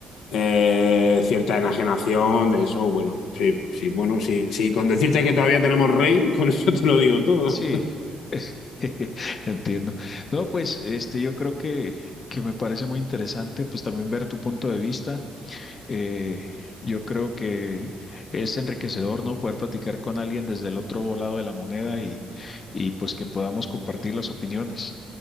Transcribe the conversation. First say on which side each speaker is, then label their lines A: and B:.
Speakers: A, on the left (about 75°); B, on the left (about 40°).
A: eh, cierta enajenación de eso. Bueno, sí, sí, bueno, sí, sí, con decirte que todavía tenemos rey, <laughs> con eso te lo digo todo.
B: Sí, <laughs> entiendo. No, pues este, yo creo que, que me parece muy interesante, pues también ver tu punto de vista. Eh, yo creo que es enriquecedor, ¿no? Poder platicar con alguien desde el otro lado de la moneda y, y pues que podamos compartir las opiniones.